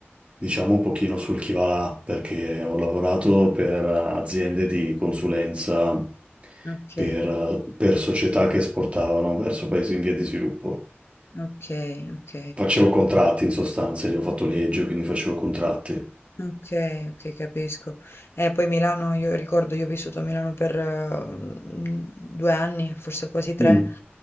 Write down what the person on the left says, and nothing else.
Ok,
ok, ok.
Okay, okay, capisco. Eh, poi Milano io ricordo, io ho vissuto a Milano per, mhmm, 2 anni, forse quasi 3,